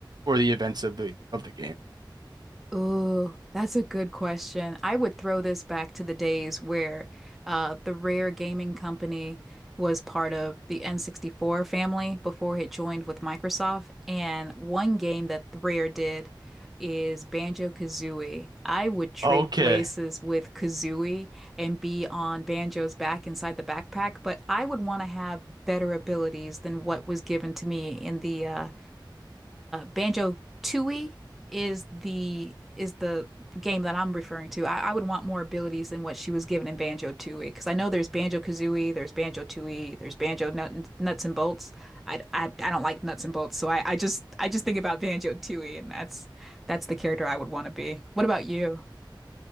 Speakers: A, on the right (about 55°); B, in the centre.
A: for the events of the of the game?
B: Oh, that's a good question. I would throw this back to the days where uh, the Rare Gaming Company was part of the N64 family before it joined with Microsoft. And one game that Rare did is Banjo-Kazooie. I would trade
A: Okay.
B: places with Kazooie and be on Banjo's back inside the backpack, but I would want to have better abilities than what was given to me in the uh, Banjo Tooie is the is the game that I'm referring to. I, I would want more abilities than what she was given in Banjo Tooie because I know there's Banjo Kazooie, there's Banjo Tooie, there's Banjo Nut, Nuts and Bolts. I, I I don't like nuts and bolts, so I, I just I just think about Banjo Tooie, and that's that's the character I would want to be. What about you?